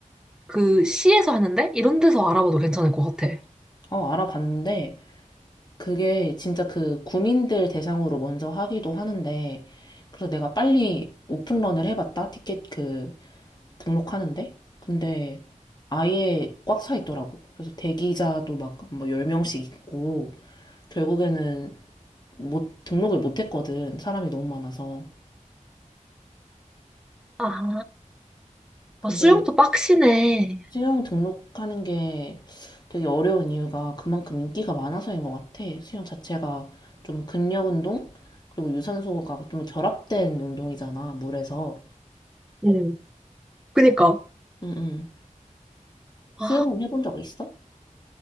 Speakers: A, in the centre; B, on the left (about 30°).
A: 그 시에서 하는데 이런 데서 알아봐도 괜찮을 것 같아.
B: 어 알아봤는데 그게 진짜 그 구민들 대상으로 먼저 하기도 하는데 그래서 내가 빨리 오픈런을 해봤다 티켓 그 등록하는데 근데 아예 꽉 차 있더라고 그래서 대기자도 막 뭐 10명씩 있고 결국에는 못, 등록을 못 했거든. 사람이 너무 많아서.
A: 아,
B: 근데
A: 아, 수영도 빡시네.
B: 수영 등록하는 게 되게 어려운 이유가 그만큼 인기가 많아서인 것 같아. 수영 자체가 좀 근력 운동? 그리고 유산소가 좀 결합된 운동이잖아, 물에서.
A: 응. 그니까.
B: 응, 응.
A: 아,
B: 수영은 해본 적 있어?